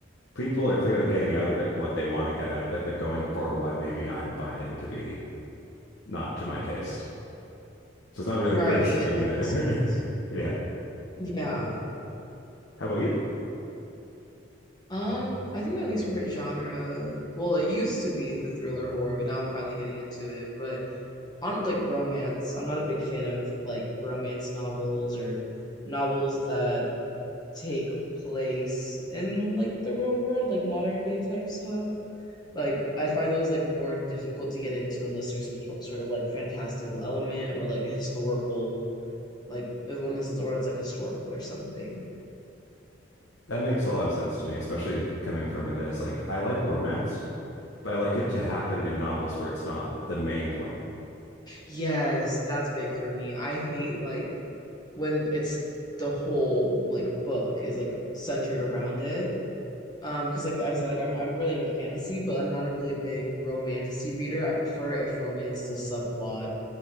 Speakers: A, on the left (about 75°); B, on the left (about 20°).
A: people are clearly getting out of it what they want to get out of it. They're going for what maybe I'm finding to be not to my taste. So it's not really
B: Right,
A: a criticism
B: and
A: either.
B: that makes sense.
A: <laughs> Yeah.
B: Yeah.
A: How about you?
B: Um, I think my least favorite genre, well, it used to be the thriller horror, but now I'm finally getting into it. But on like romance, I'm not a big fan of like romance novels or novels that take place in like the real world, like modern day type stuff. Like I find those like more difficult to get into unless there's some sort- sort of like fantastical element or like a historical like if- unless it's or it's like historical or something.
A: That makes a lot of sense to me, especially coming from it as like I like romance, but I like it to happen in novels where it's not the main point.
B: Yes, that's big for me. I hate like when it's the whole like book is like centered around it. Um, because like I said, like I'm I'm really into fantasy, but I'm not a really big romantic reader. I prefer if romance is a subplot